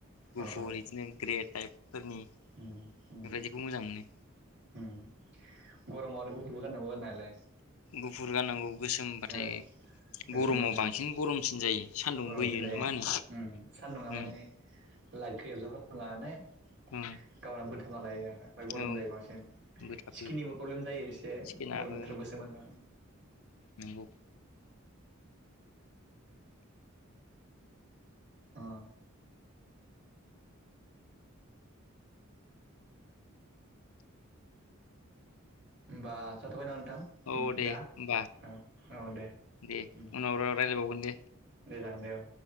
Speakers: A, on the left; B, on the right.
A: गुफुर
B: औ
A: इदिनो <unintelligible> थाइपफोरनि
B: उम उम
A: बेबायदिखौ मोजां मोनो।
B: उम गरमाव आरो गुफुरबो गाननांगौ गाननायालाय
A: गुफुर गाननांगौ गोसोमबाथाय
B: औ गोसोमबाथाय
A: गरमाव बांसिन गरमसिन जायो। सान्दुं
B: गरमसिन
A: बोयो
B: जायो
A: ना मा होनो
B: उम सानदुं आ माने
A: उम
B: लाइतखौ <unintelligible>
A: उम
B: गावना बोथाबना लायो आरो ओमफ्राय गरम
A: औ
B: जायो बांसिन
A: बोथाबो
B: स्किननिबो प्रब्लेम जायो एसे
A: चिकेनाबो
B: गरम बोथोराव गोसोम <unintelligible> उम
A: नंगौ
B: अ होमबा जाथ'बायना नों थां
A: औ
B: <unintelligible>
A: दे
B: दा
A: होमबा
B: औ औ दे
A: दे
B: उम
A: उनाव रायलायबावगोन दे
B: दे जागोन दे औ